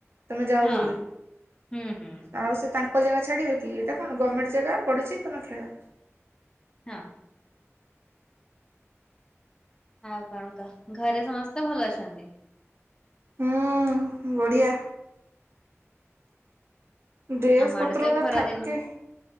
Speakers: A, on the right; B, on the left.
A: ତମେ ଯାଅ
B: ହଁ
A: ବୋଲି
B: ହୁଁ ହୁଁ
A: ଆଉ ସେ ତାଙ୍କ ଙ୍କ ଜାଗା ଛଡ଼ିବେ କି ଏଇଟାକଣ ଗମେଣ୍ଟ ଜାଗା ପଡ଼ିଛି ତମେ ଖେଳ।
B: ହଁ। ଆଉ କଣ କହ ଘରେ ସମସ୍ତେ ଭଲ ଅଛନ୍ତି?
A: ହୁଁ ବଢିଆ। ଡ୍ରେସ୍
B: ଆମଆଡେ
A: ପତ୍ରଗୁରା
B: ତ ଏଖରା
A: ଥାକେ
B: ଦିନ